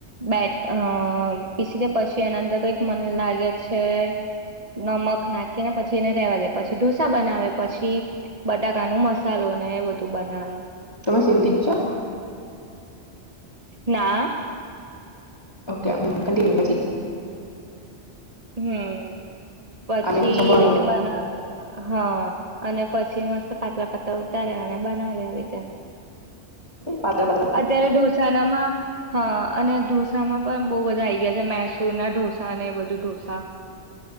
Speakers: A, on the right; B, on the left.
A: બેટ અ પીસી દે પછી એના અંદર કઈક મન લાગે છે, નમક નાખીને પછી એને રેવા દે પછી ઢોસા બનાવે પછી બટાકાનું મસ ચાલો ને એ બધું બનાવે.
B: તમે સિંધી છો
A: ના.
B: ઓકે કિન્ય
A: હમ, પછી
B: આઈ મીન સંભાર
A: એ રીતે
B: હોય
A: બના હા. અને પછી મસ્ત પાતળા પાત્રા ઉતારે અને બનાવે આવીવી રીતે.
B: પાતળા પાતળા
A: અત્યારે ઢોસાનામાં હા અને ઢોસામાં પણ બહુ બધા આ આવી ગયા છે મસૂર ના ઢોસા અને બધું ઢોસા. હા.